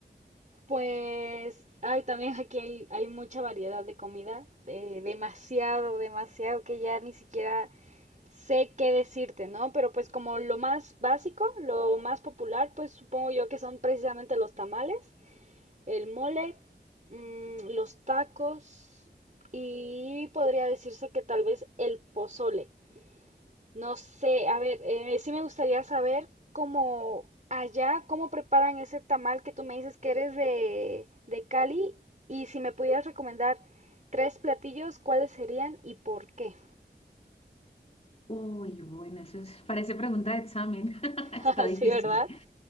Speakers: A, on the right (about 40°); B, on the left (about 35°).
A: Pues, ay, también aquí hay, hay mucha variedad de comida, eh, demasiado, demasiado, que ya ni siquiera sé qué decirte, ¿no? Pero pues como lo más básico, lo más popular, pues supongo yo que son precisamente los tamales, el mole, mm, los tacos y podría decirse que tal vez el pozole. No sé, a ver, eh, sí me gustaría saber cómo allá, cómo preparan ese tamal que tú me dices que eres de, de Cali y si me pudieras recomendar tres platillos, ¿cuáles serían y por qué?
B: Uy, bueno, eso es- parece pregunta de examen. <laughs> Está
A: <laughs>
B: difícil.
A: Sí, ¿verdad?